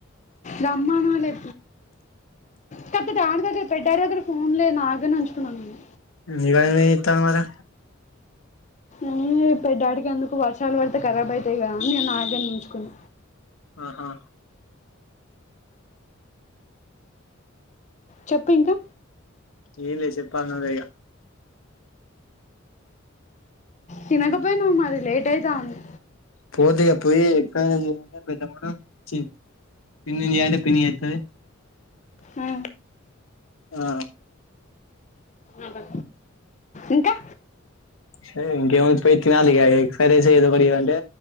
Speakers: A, on the left (about 35°); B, on the left (about 80°).
A: రమ్మానాలే కాపోతే డాడీ దగ్గర పెద్ద డాడీ దగ్గర ఫోన్లేదు నా దగ్గరనే ఉంచుకున్నా నేను
B: నీ దగ్గర ఏం జేత్తంది మరి
A: ఏం లేదు పెద్దాడికి ఎందుకు వర్షాలు పడితే కరాబ్ అయితాయి కదాని ఇగ నా దగ్గరనే ఉంచుకున్న
B: ఆహా
A: చెప్పు ఇంకా
B: ఏమ్లె చెప్పాల నువ్వే ఇగ
A: తినకపోయినావు మరీ లేట్ అయితంది
B: పోతిగా పోయి ఎగ్ ఫ్రైడ్ రైస్ చేయమంటా పెద్దమ్మను చి పిన్నిన్ చేయంటా పిన్ని చెత్తది
A: ఆ
B: ఆ
A: అలా ఇంకా
B: సరే ఇంకేముంది పోయి తినాలి ఎగ్ ఫ్రైడ్ రైస్ ఏదో ఒకటి చేయమంటే